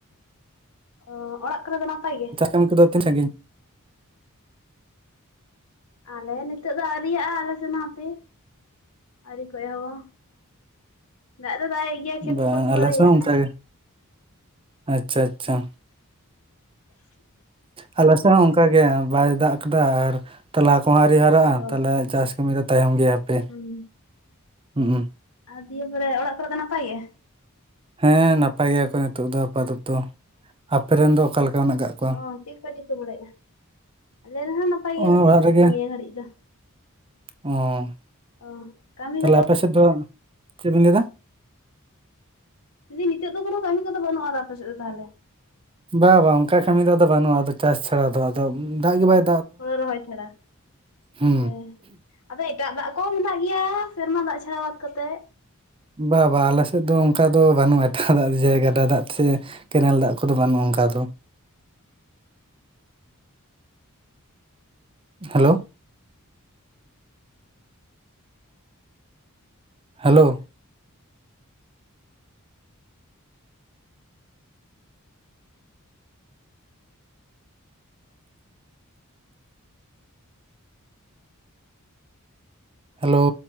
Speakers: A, on the left; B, on the right.
A: ᱚ ᱚᱲᱟᱜ ᱠᱚᱨᱮ ᱫᱚ ᱱᱟᱯᱟᱭ ᱜᱮ
B: ᱡᱚᱢ ᱠᱚ ᱫᱚ ᱛᱤᱱ ᱥᱟᱺᱜᱤᱧ
A: ᱟᱞᱮ ᱱᱤᱛᱚᱜ ᱫᱚ ᱟᱹᱨᱤᱭᱟᱜᱼᱟ ᱟᱞᱮ ᱥᱮᱱ ᱦᱟᱸᱯᱮ᱾ ᱟᱹᱨᱤ ᱠᱚ ᱮᱦᱚᱵᱟ ᱫᱟᱜ ᱫᱚ ᱫᱟᱜᱮᱫ ᱜᱮᱭᱟ ᱠᱷᱮᱛ
B: ᱵᱟᱝ
A: ᱠᱚᱠᱚ ᱥᱤ
B: ᱟᱞᱮ
A: ᱵᱟᱲᱟᱭᱮᱼᱟ᱾
B: ᱥᱮᱫ ᱚᱱᱠᱟ ᱜᱮ ᱟᱪᱪᱷᱟ ᱟᱪᱪᱷᱟ ᱟᱞᱮ ᱥᱮᱫ ᱦᱚᱸ ᱚᱱᱠᱟᱜ ᱜᱮ ᱵᱟᱭ ᱫᱟᱜ ᱠᱟᱫᱟ ᱟᱨ ᱛᱚᱞᱟ ᱠᱚᱦᱚᱸ ᱟᱹᱣᱨᱤ ᱦᱟᱨᱟᱜᱼᱟ
A: ᱚ
B: ᱛᱟᱦᱞᱮ ᱪᱟᱥ ᱠᱟᱹᱢᱤ ᱫᱚ ᱛᱟᱭᱚᱢ ᱜᱮᱭᱟ ᱦᱟᱯᱮ
A: ᱦᱩᱸ
B: ᱩᱸᱦᱩ
A: ᱟᱨ ᱫᱤᱭᱮ ᱯᱚᱨᱮ ᱚᱲᱟᱜ ᱠᱚᱨᱮ ᱫᱚ ᱱᱟᱯᱟᱭ ᱜᱮᱭᱟ?
B: ᱦᱮᱸ ᱱᱟᱯᱟᱭ ᱜᱮᱭᱟ ᱠᱚ ᱱᱤᱛᱳᱜ ᱫᱚ ᱟᱯᱟᱛᱚᱛᱚ ᱟᱯᱮ ᱨᱮᱱ ᱫᱚ ᱚᱠᱟ ᱞᱮᱠᱟ ᱢᱮᱱᱟᱜ ᱠᱟᱜ ᱠᱚᱣᱟ
A: ᱚᱻ ᱪᱮᱫ ᱠᱚ ᱪᱤᱠᱟ ᱵᱟᱲᱟᱭᱮᱜᱼᱟ ᱟᱞᱮ ᱨᱮᱦᱚᱸ ᱱᱟᱯᱟᱭ
B: ᱚ
A: ᱜᱮ
B: ᱚᱲᱟᱜ ᱨᱮᱜᱮ
A: ᱱᱤᱭᱟᱹ ᱜᱷᱟᱹᱲᱤᱡ ᱫᱚ᱾
B: ᱚ
A: ᱚ ᱠᱟᱹᱢᱤ
B: ᱛᱟᱦᱚᱞᱮ
A: ᱠᱚᱫᱚ
B: ᱟᱯᱮ ᱥᱮᱫ ᱫᱚ ᱪᱮᱫ ᱵᱤᱱ ᱞᱟᱹᱭ ᱫᱟ?
A: ᱡᱩᱫᱤ ᱱᱤᱛᱳ ᱫᱚ ᱠᱚᱱᱳ ᱠᱟᱹᱢᱤ ᱫᱚ ᱵᱟᱹᱱᱩᱜ ᱟ ᱟᱯᱮ ᱥᱮᱫ ᱫᱚ ᱛᱟᱦᱚᱞᱮ᱾
B: ᱵᱟᱝ ᱵᱟᱝ ᱚᱱᱠᱟ ᱠᱟᱹᱢᱤ ᱫᱚ ᱟᱫᱚ ᱵᱟᱹᱱᱩᱜᱼᱟ ᱟᱫᱚ ᱪᱟᱥ ᱪᱷᱟᱲᱟ ᱫᱚ ᱫᱟᱜ ᱜᱮ ᱵᱟᱭᱼᱼ
A: ᱦᱩᱲᱳ ᱨᱚᱦᱚᱭ ᱪᱷᱟᱲᱟ
B: ᱦᱩᱸ
A: ᱦᱮᱸ ᱟᱫᱚ ᱮᱴᱟᱜ ᱫᱟᱜ ᱠᱚᱦᱚᱸ ᱢᱮᱱᱟᱜ ᱜᱮᱭᱟ ᱥᱮᱨᱢᱟ ᱫᱟᱜ ᱪᱷᱟᱲᱟ ᱵᱟᱫ ᱠᱟᱛᱮᱜ᱾
B: ᱵᱟ ᱵᱟ ᱟᱞᱮ ᱥᱮᱫ ᱫᱚ ᱚᱱᱠᱟ ᱫᱚ ᱵᱟᱹᱱᱩᱜᱼᱟ ᱮᱴᱟᱜ ᱫᱟᱜ ᱡᱮ ᱜᱟᱰᱟ ᱫᱟᱜ ᱛᱮᱥᱮ ᱠᱮᱱᱮᱞ ᱫᱟᱜ ᱠᱚᱫᱚ ᱵᱟᱹᱱᱩᱜᱼᱟ ᱚᱱᱠᱟ ᱫᱚ᱾ Hello hello hello